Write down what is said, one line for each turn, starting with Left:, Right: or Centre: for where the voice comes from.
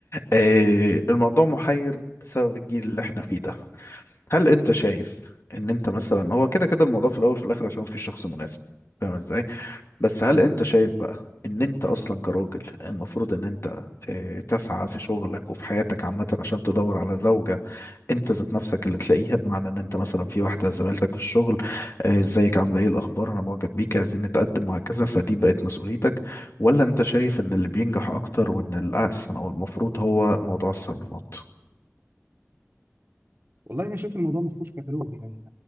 Left: آه الموضوع محير بسبب الجيل اللي احنا فيه ده هل انت شايف ان انت مثلا هو كده كده الموضوع في الاول وفي الاخر عشان مفيش شخص مناسب فاهم ازاي بس هل انت شايف بقى ان انت اصلا كراجل المفروض ان انت آه، تسعى في شغلك وفي حياتك عامة عشان تدور على زوجة انت ذات نفسك اللي تلاقيها بمعنى ان انت مثلا في واحدة زميلتك في الشغل آه، ازيك عاملة ايه الاخبار انا معجب بيك عايزين نتقدم وهكذا فدي بقت مسؤوليتك ولا انت شايف ان اللي بينجح اكتر وان الاحسن او المفروض هو موضوع الصالونات
Right: والله انا شايف الموضوع ما فيهوش كتالوج لان